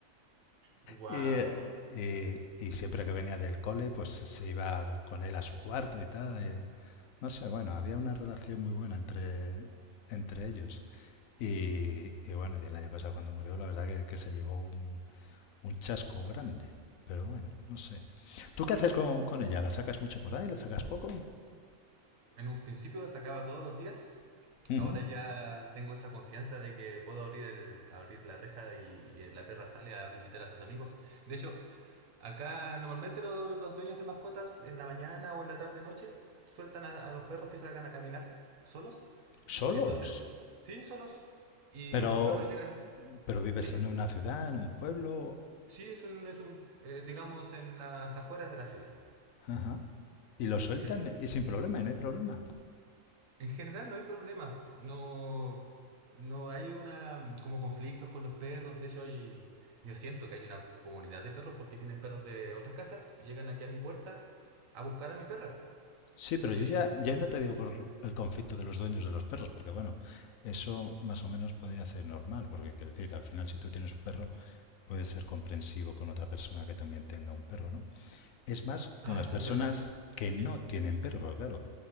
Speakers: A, on the right (about 80°); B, on the left (about 85°).
A: Wow.
B: Y, eh, y- y siempre que venía del cole, pues se iba con él a su cuarto y tal. eh, no sé, bueno, había una relación muy buena entre, entre ellos. Y, y bueno, y el año pasado cuando murió, la verdad que, que se llevó un, un chasco grande. Pero bueno, no sé. ¿Tú qué haces con, con ella? ¿La sacas mucho por ahí? ¿La sacas poco?
A: En un principio la sacaba todos los días.
B: Ujú.
A: Ahora ya tengo esa confianza de que puedo abrir el, abrir la reja y, y la perra sale a visitar a sus amigos. De hecho, acá normalmente lo- los dueños de mascotas en la mañana o en la tarde noche sueltan a, a los perros que salgan a caminar solos.
B: ¿Solos?
A: Entonces, sí, solos. Y
B: Pero,
A: los perros llegan,
B: pero vives
A: sí,
B: en una ciudad, en un pueblo.
A: sí, es un, es un, eh, digamos, en las afueras de la ciudad.
B: Ajá. Y lo sueltan
A: Eh,
B: y sin problema, y no hay problema.
A: en general no hay problemas. No, no hay una mm, como conflictos con los perros. De hecho, hay, yo siento que hay una comunidad de perros porque vienen perros de otras casas y llegan aquí a mi puerta a buscar a mi perra.
B: Sí, pero
A: Y,
B: yo ya, ya no te digo por el conflicto de los dueños de los perros, porque bueno, eso más o menos podría ser normal, porque quiero decir, al final si tú tienes un perro, puedes ser comprensivo con otra persona que también tenga un perro, ¿no? Es más, con
A: ah,
B: las
A: eso
B: personas
A: es verdad.
B: que
A: Sí,
B: no tienen perro, porque claro,